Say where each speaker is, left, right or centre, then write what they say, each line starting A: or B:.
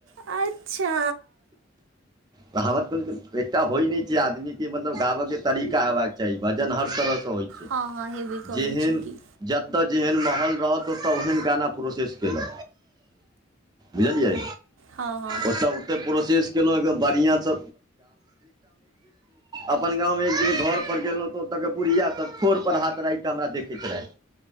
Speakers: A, on the right (about 85°); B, on the right (about 20°).
A: अच्छा
B: कहाव एक होइ नहि छै आदमीके मन मतलब गाबे के तरीका होयबाक चाही भजन हर तरहसँ होइ छै
A: हँ हँ हेबे करे
B: जेहन
A: छी कि
B: जतय जेहन महौल रहत ओतय ओहन गाना प्रोसेस केलो बुझलियै
A: हँ हँ
B: ओसब प्रोसेस केल बढ़िया से अपन गाँव मे घर पर गेलहुँ तऽ ओत बुढया सब ठोर पर हाथ राखिफ हमरा देखैत रहय